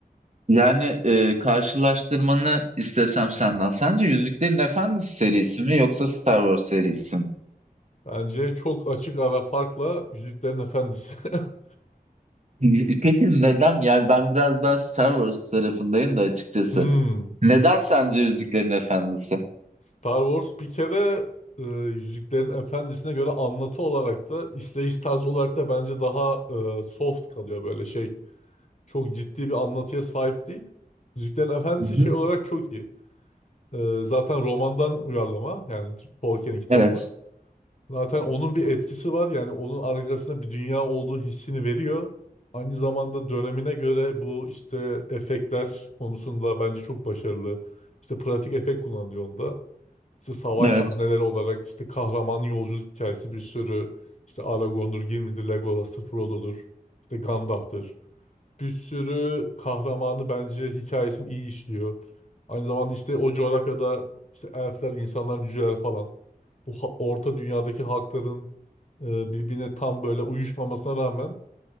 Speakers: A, on the right (about 45°); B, on the left (about 45°).
A: Yani e, karşılaştırmanı istesem senden. Sence Yüzüklerin Efendisi serisi mi yoksa Star Wars serisi mi?
B: Bence çok açık ara farkla Yüzüklerin Efendisi. <laughs>
A: Y- Peki neden? Yani ben biraz daha Star Wars tarafındayım da açıkçası.
B: Hmm.
A: Neden sence Yüzüklerin Efendisi?
B: Star Wars bir kere e, Yüzüklerin Efendisi'ne göre anlatı olarak da işleyiş tarzı olarak da bence daha e, soft kalıyor böyle şey. Çok ciddi bir anlatıya sahip değil. Yüzüklerin Efendisi
A: Hı hı.
B: şey olarak çok iyi. Ee, zaten romandan uyarlama yani Tolkien'in kitabından.
A: Evet,
B: Zaten onun bir etkisi var yani onun arkasında bir dünya olduğu hissini veriyor. Aynı zamanda dönemine göre bu işte efektler konusunda bence çok başarılı. İşte pratik efekt kullanılıyor onda. İşte savaş
A: evet.
B: sahneleri olarak işte kahramanın yolculuk hikayesi bir sürü işte Aragorn'dur, Gimli'dir, Legolas'tır, Frodo'dur, işte Gandalf'tır bir sürü kahramanı bence hikayesini iyi işliyor. Aynı zamanda işte o coğrafyada işte elfler, insanlar, cüceler falan. Bu ha- orta dünyadaki halkların e, birbirine tam böyle uyuşmamasına rağmen